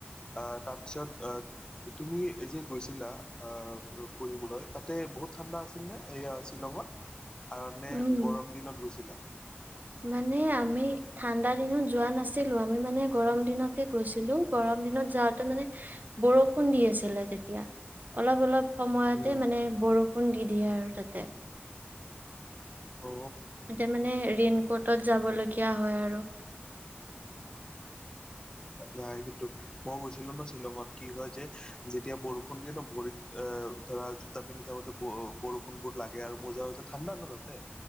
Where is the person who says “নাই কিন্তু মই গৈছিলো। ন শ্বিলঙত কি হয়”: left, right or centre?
Left